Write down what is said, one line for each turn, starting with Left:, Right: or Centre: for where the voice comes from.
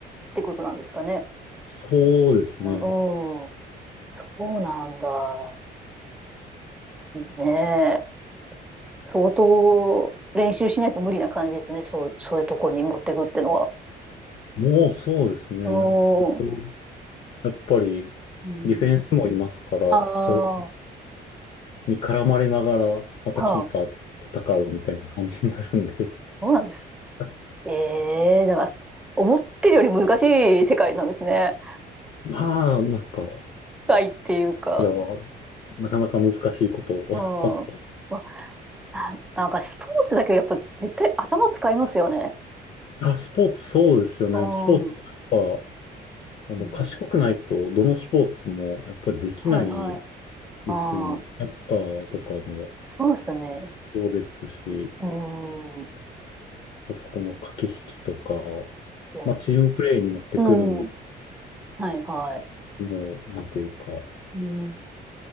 Centre: てことなんですかね。
Left: そうですね。
Centre: うん。そうなんだ。ねえ。相当練習しないと無理な感じですね。そう、そういうとこに持ってくってのは。
Left: もうそうですね。
Centre: う
Left: それを、
Centre: ーん。
Left: やっぱり、
Centre: うん、
Left: ディフェンスもいますから、
Centre: ああ、
Left: それ
Centre: は
Left: に絡まれながら、またキーパーと戦うみたいな感じになるんで、
Centre: あ。そうなんです。
Left: <laughs>
Centre: ええだから、思ってるより難しい世界なんですね。
Left: まあ、なんか、こ
Centre: 世いっていうか。
Left: ちらは、なかなか難しいことを
Centre: うん。
Left: <laughs>
Centre: まあ、ななんかスポーツだけどやっぱ絶対頭使いますよね。
Left: あ、スポーツ、そうですよね。
Centre: うん。
Left: スポーツ、
Centre: う
Left: やっぱ、あの、
Centre: ん。
Left: 賢くないと、どのスポーツも、やっぱりできない
Centre: はいはい。
Left: ですよね。
Centre: ああ、
Left: サッカーとかも
Centre: そうですね。
Left: そうですし、
Centre: うん。で
Left: そこの駆け引きとか、
Centre: すよ
Left: まあ、チームプレーになってくるんで、
Centre: うん。はいはい。
Left: もう、なんていうか、
Centre: うん。